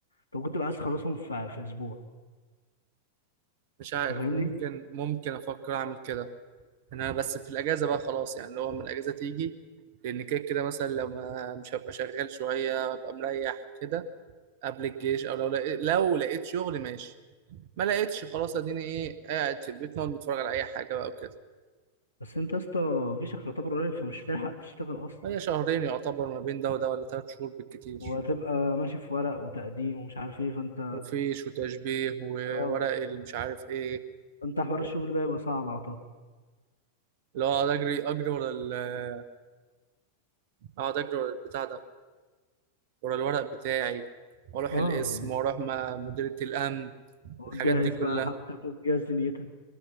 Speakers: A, on the left; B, on the right.
A: طب كنت بقى عايز تخلصهم في, في اسبوع
B: مش عارف
A: انت فاهمني
B: ممكن ممكن افكر اعمل كده إن انا بس في الاجازة بقى خلاص يعني لو لما الاجازة تيجي لان كده كده مثلا لو ما مش هبقى شغال شوية ابقى مريح كده قبل الجيش او لو لقيت لو لقيت شغل ماشي ما لقيتش خلاص اديني ايه قاعد في البيت نقعد نتفرج على اي حاجة بقى وكده
A: بس انت يا اسطى جيشك يعتبر قريب فمش هتلحق تشتغل اصلا
B: هي شهرين يعتبر ما بين ده وده ولا ثلاث شهور بالكتير
A: وهتبقى ماشي في ورق وتقديم ومش عارف ايه فانت
B: وفيش وتشبيه وورق
A: اه
B: المش عارف ايه
A: فانت حوار
B: و-
A: الشغل ده يبقى صعب اعتقد
B: اللي هو اقعد اجري اجري ورا ال اقعد اجري ورا البتاع ده ورا الورق بتاعي واروح
A: اه
B: القسم
A: يعني
B: واروح مع مديرية الامن
A: وتجهز
B: الحاجات دي كلها
A: بقى حاجتك وتجهز دنيتك